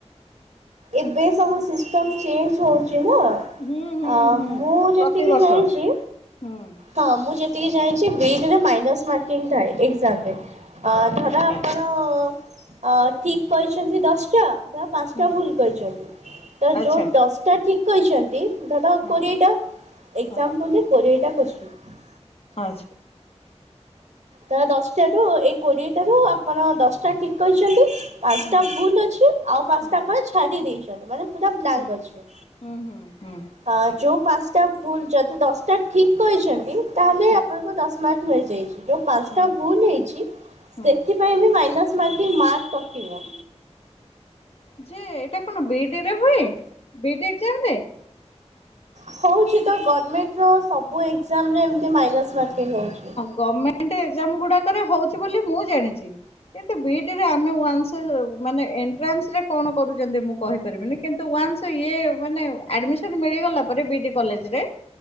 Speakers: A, on the right; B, on the left.
A: ଏବେ ସବୁ ସିଷ୍ଟମ ଚେଞ୍ଜ ହଉଛି ନା।
B: ହୁଁ ହୁଁ
A: ଅ
B: ହୁଁ।
A: ମୁଁ ଯେତିକି
B: ପ୍ରତିବର୍ଷ।
A: ଜଣିଚି।
B: ହୁଁ।
A: ହଁ ମୁଁ ଯେତିକି ଜାଣିଚି ବି ଇ ଡି ରେ ମାଇନସ୍ ମାର୍କିଂ ଥାଏ ଏକ୍ଜାମ ରେ। ଅ ଧର
B: ଆଚ୍ଛା।
A: ଆପଣ ହ ଠିକ କହିଛନ୍ତି ଦଶଟା, ଧର ପାଁସଟା
B: ହୁଁ।
A: ଭୁଲ କହିଛନ୍ତି। ତ
B: ଆଚ୍ଛା।
A: ଯୋଉ ଦଶଟା ଠିକ କହିଛନ୍ତି ଧର ଆଉ
B: ହଁ।
A: କୋଡ଼ିଏଟା। ଏକ୍ସାମ
B: ହଁ
A: ଦେଲେ କୋଡ଼ିଏଟା କୋସଚିନ।
B: <unintelligible>
A: ତ ଦଶଟାରୁୁ ଏଇ କୋଡିଏଟାରୁୁ ଆପଣ ଦଶଟା ଠିକ କହିଛନ୍ତି। ଆଠଟା
B: ହୁଁ
A: ଭୁଲ ଅଛି। ଆଉ ପାଁସଟା
B: ହୁଁ
A: ଆପଣ ଛାଡି ଦେଇଛନ୍ତି। ମାନେ ପୁରା ବ୍ଲାଙ୍କ
B: ହୁଁ
A: ଅଛି।
B: ହୁଁ ହୁଁ ହୁଁ
A: ହ ଯୋଉ ପାଁସଟା ଭୁଲ ଯଦି ଦଶଟା ଠିକ କହିଛନ୍ତି ତାହେଲେ
B: ହୁଁ
A: ଆପଣଙ୍କ ଦଶ ମାର୍କ ମିଳିଯାଇଚି। ଯୋଉ ପାଁସଟା
B: ହୁଁ।
A: ଭୁଲ ହେଛିଚି
B: ହୁଁ
A: ସେଥି ପାଇଁ ବି ମାଇନସ୍ ମାର୍କିଙ୍ଗ ମାର୍କ କଟିବ।
B: ଯେ ଏଇଟା କଣ ବି ଇ ଡ଼ି ରେ ହୁଏ? ବି ଇ ଡ଼ି ଏକ୍ଜାମ ରେ?
A: ହଉଛି ତ। ଗର୍ଣ୍ଣମେଣ୍ଟ ର ସବୁ ଏକ୍ଜାମରେ ଏମିତି ମାଇନସ୍ ମାର୍କିଙ୍ଗ ହଉଛି।
B: ଗମେଣ୍ଟ ଏକଜାମ ଗୁଡାକରେ ହଉଛି ବୋଲି ମୁଁ ଜାଣିଛି। କିନ୍ତୁ ବି ଇ ଡ଼ି ରେ ଆମେ ୱାନ୍ସ ମାନେ ଏଣ୍ଟାନ୍ସରେ କଣ କରୁଚନ୍ତି ମୁଁ କହିପାରିବିନି। କିନ୍ତୁ ୱାନ୍ସ ଇଏ ମାନେ ଆଡ଼ମିସନ୍ ମିଳିଗଲା ପରେ ବି ଡ଼ି କଲେଜରେ